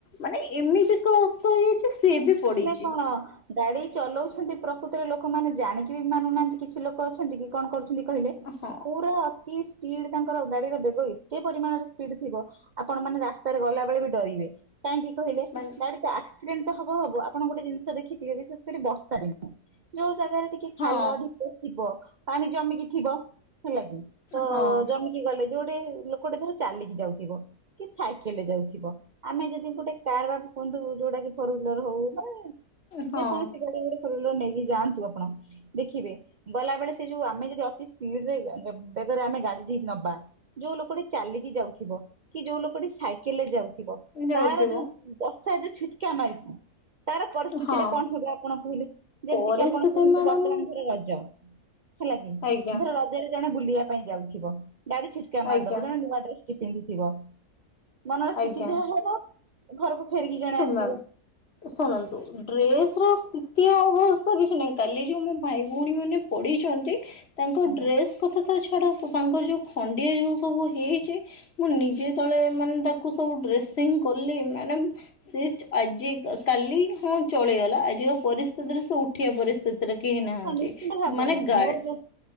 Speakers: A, on the left; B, on the right.
A: ମାନେ ଏମିତିକ ଯାଇଚି ସିଏବି ପଡ଼ି
B: ହଁ। ଗାଡି ଚଲଉଛନ୍ତି ପ୍ରକୃତରେ ଲୋକମାନେ ଜାଣିକି ବି ମାନୁନାହାନ୍ତି କିଛି ଲୋକ ଅଛନ୍ତି କି କଣ କରୁଛନ୍ତି? କଣ କହିଲେ
A: ହଁ
B: ପୁରା ଅତି ସ୍ପିଡ ତାଙ୍କର ଗାଡିର ବେଗ ଏତେ ପରିମାଣରେ ସ୍ପିଡ୍ ଥିବ ଆପଣ ମାନେ ରାସ୍ତାରେ ଗଲାବେଳେ ବି ଡରିବେ କାହିଁକି କହିଲେ
A: ମାନେ
B: ଗାଡି ତ ଆକ୍ସିଡେଣ୍ଟ୍ ହବ ହବ ଆପଣ ଗୋଟେ ଜିନିଷ ଦେଖିଥିବେ ବିଶେଷ କରି ବର୍ଷାରେ ଯୋଉ ଜାଗାରେ ଟିକେ
A: ହଁ
B: ଖାଲ ଢି ଥିବ ପାଣି ଜମିକି ଥିବ ହେଲା କିି ତ
A: ହଁ
B: ଜମି଼ କି ଗଲେ ଯୋଉଟେ ଲୋକଟେ ଧର ଚାଲିକି ଯାଉଥିବ। କି ସାଇକେଲରେ ଯାଉଥିବ ଆମେ ଯଦି ଗୋଟେ କାର ବା କୁହନ୍ତୁ ଯୋଉଟା କି ଫୋର୍ ହୁଇଲର ହଉ ବା
A: ହଁ
B: ଯେକୌଣସି ଗାଡି ଗୋଟେ ଫୋର ହୁଇଲର ନେଇକି ଯାଆନ୍ତୁ ଆପଣ। ଦେଖିବେ ଗଲାବେଳେ ସେ ଯୋଉ ଆମେ ଯଦି ଅତି ସ୍ପିଡରେ ବେଗରେ ଆମେ ଗାଡିଟି ନବା ଯୋଉ ଲୋକଟି ଚାଲିକି ଯାଉଥିବ କି ଯୋଉ ଲୋକଟି ସାଇକେଲରେ ଯାଉଥିବ ତାର
A: ନେଉଥିବ
B: ଯୋଉ ବର୍ଷା ଯୋଉ ଛିଟକା ମାରିଥାଏ। ତାର ପରିସ୍ଥିତିରେ
A: ହଁ।
B: କଣ ହବ ଆପଣ କହିଲେ ଯେମିତି
A: ପରିସ୍ଥିତି
B: କିି ଆପଣ କୁହନ୍ତୁ
A: ମ୍ୟାଡ଼ାମ
B: ବର୍ତ୍ତମାନ ଧର ରଜ ହେଲା କି
A: ଆଜ୍ଞା
B: ଧର ରଜରେ ଜଣେ ବୁଲିବା ପାଇଁ ଯାଉଥିବ ଗାଡି ଛିଟକା ମାରିଦବ
A: ଆଜ୍ଞା
B: ଜଣେ ନୂଆ ଡ୍ରେସ୍ ଯିଏ ପିନ୍ଧିଥିବ ମନର ସ୍ଥିତି
A: ଆଜ୍ଞା
B: ଯାହା ହବ ଘରକୁ ଫେରିକି ଜଣେ ଆସ
A: ବା ଏ ଶୁଣନ୍ତୁ ଡ୍ରେସ ର ସ୍ଥିତି ଆଉ ଅବଶ୍ୟ କିଛି ନାହିଁ କାଲି ଯୋଉ ମୋ ଭାଇ ଭଉଣୀ ମାନେ ପଢିଛନ୍ତି <unintelligible> ତାଙ୍କ
B: ଆଜ୍ଞା
A: ଡ୍ରେସ୍ କଥା ତ ଛାଡନ୍ତୁ ତାଙ୍କର ଯୋଉ ଖଣ୍ଡିଆ ଯୋଉ ସବୁ ହେଇଛି ମୁଁ ନିଜେ ତଳେ ମାନେ ତାକୁ ତାକୁ ସବୁ ଡ୍ରେସିଂ କଲେ ମାନେ ମୁଁ ସେ ଆଜି କାଲି ହଁ ସବ ଚଳଗଲା ଆଜି ପରିସ୍ଥିତିରେ ସେ ଉଠ ଉଠିବା ପରିସ୍ଥିତିରେ କେହି ନାହାନ୍ତି
B: ହଁ ନିଶ୍ଚିନ୍ତ ଭାବରେ
A: ମାନେ ଗାଡି
B: ମୋର ଯୋଉ